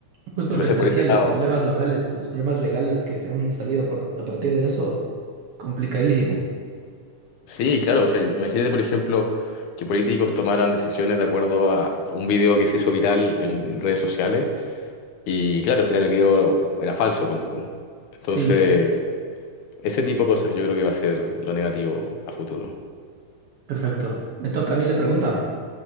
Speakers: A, on the right; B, on the left.
A: Justo
B: Entonces,
A: lo que te
B: por
A: decía,
B: ese
A: los
B: lado,
A: problemas legales, los problemas legales que se han salido a, par- a partir de eso, complicadísimo.
B: sí, claro, o sea, im- imagínate, por ejemplo, que políticos tomaran decisiones de acuerdo a un video que se hizo viral en redes sociales y claro, al final el video era falso, ponte tú. Entonces,
A: Sí,
B: ese tipo de cosas yo creo que va a ser lo negativo a futuro.
A: perfecto. Me toca a mí la pregunta.